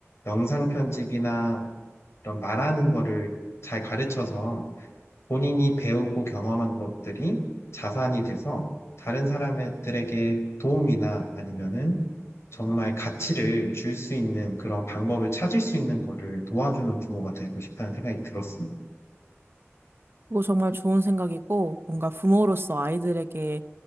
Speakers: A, on the left; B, on the right.
A: 영상 편집이나 이런 말하는 거를 잘 가르쳐서 본인이 배우고 경험한 것들이 자산이 돼서 다른 사람들에게 도움이나 아니면은 정말 가치를 줄 수 있는 그런 방법을 찾을 수 있는 거를 도와주는 부모가 되고 싶다는 생각이 들었습니다.
B: 그거 정말 좋은 생각이고 뭔가 부모로서 아이들에게